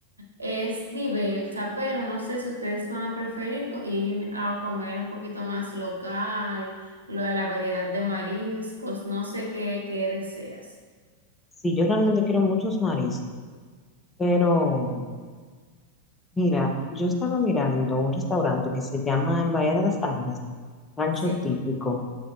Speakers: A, on the right; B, on the left.
A: es diversa, pero no sé si ustedes van a preferir co- ir a comer un poquito más local, lo- la variedad de mariscos, no sé qué, qué deseas.
B: Sí, yo realmente quiero muchos mariscos. Pero mira, yo estaba mirando un restaurante que se llama en Bahía de las Águilas, Rancho
A: Sí,
B: Típico.